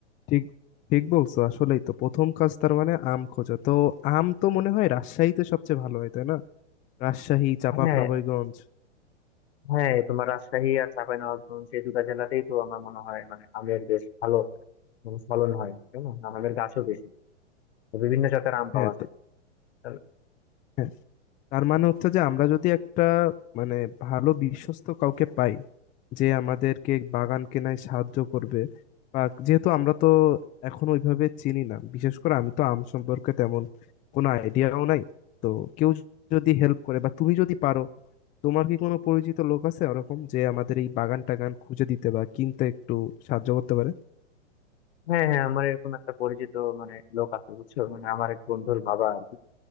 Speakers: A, on the left; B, on the left.
A: ঠিক ঠিক বলছো আসলেই তো প্রথম কাজ তার মানে আম খোঁজা তো আম তো মনে হয় রাজশাহীতে সবচেয়ে ভালো হয় তাই না রাজশাহী চাঁপাবনগরগঞ্জ
B: হ্যাঁ হ্যাঁ তোমার রাজশাহী আর চাঁপাইনবাবগঞ্জ এই দুটা জেলাতেই তো আমার মনে হয় মানে আমের বেশ ভালো মানে ফলন হয় তাই না আর আমের গাছও বেশি তো বিভিন্ন জাতের আম
A: হ্যাঁ
B: পাওয়া যায়
A: তো-
B: তাহলে-
A: হ্যাঁ তার মানে হচ্ছে যে আমরা যদি একটা মানে ভালো বিশ্বস্ত কাউকে পাই যে আমাদেরকে বাগান কেনায় সাহায্য করবে বা যেহেতু আমরা তো এখন ওইভাবে চিনি না বিশেষ করে আমি তো আম সম্পর্কে তেমন কোনো আইডিয়াও নাই তো কেউ যদি হেল্প করে বা তুমি যদি পারো তোমার কি কোনো পরিচিত লোক আছে ওরকম যে আমাদের এই বাগান টাগান খুঁজে দিতে বা কিনতে একটু সাহায্য করতে পারে
B: হ্যাঁ হ্যাঁ আমার এরকম একটা পরিচিত মানে লোক আছে বুঝছো মানে আমার এক বন্ধুর বাবা আর কি,